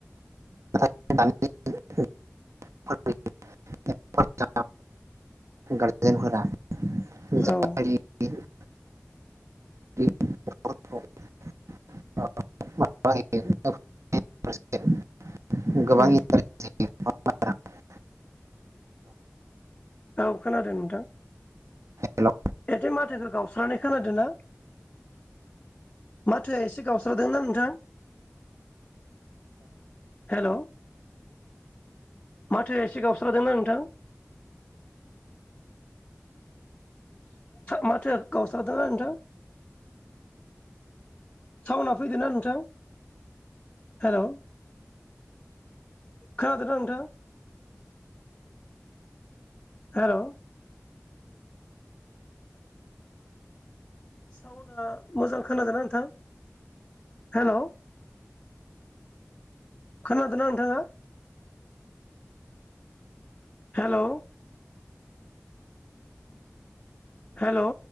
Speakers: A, on the right; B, on the left.
A: <unintelligible> गारजेनफोरा ज
B: औ
A: <unintelligible> <unintelligible> <unintelligible>
B: उम
A: गोबांनि <unintelligible> <unintelligible>
B: औ खोनादों नोंथां
A: हेल'
B: माथो माथोखौ गावस्रानानै खोनादों ना माथोआ एसे गावस्रादोंना नोंथां हेल' माथोआ एसे गावस्रादोंना नोंथां माथो गावसारदोंना नोंथां साउना फैदोंना नोंथां हेल' खोनादोंना नोंथां हेल' साउनआ मोजां खोनादोंना नोंथां? हेल' खोनादोंना नोंथाङा? Hello hello